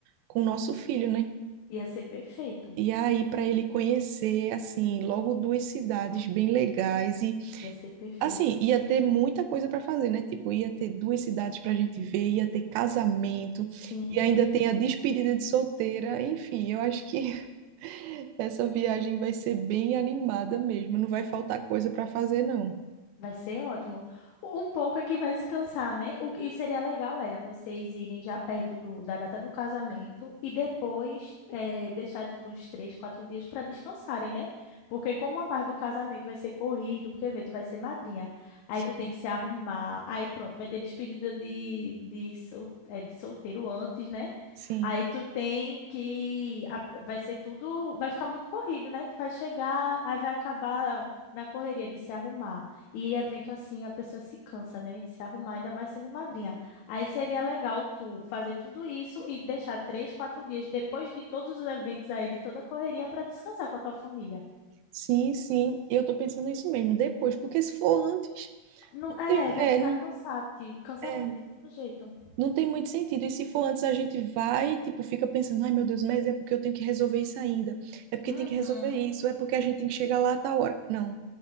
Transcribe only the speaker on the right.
com o nosso filho, né?
E aí, para ele conhecer, assim, logo duas cidades bem legais e,
assim, ia ter muita coisa para fazer, né? Tipo, ia ter duas cidades para a gente ver, ia ter casamento
e ainda tem a despedida de solteira. Enfim, eu acho que <laughs> essa viagem vai ser bem animada mesmo. Não vai faltar coisa para fazer, não.
Sim,
sim,
sim, sim. Eu tô pensando nisso mesmo. Depois, porque se for antes,
não
tem,
é,
não-
é.
Não tem muito sentido. E se for antes, a gente vai, e, tipo, fica pensando, ai meu Deus, mas é porque eu tenho que resolver isso ainda. É porque
tem que resolver isso, é porque a gente tem que chegar lá a tal hora. Não.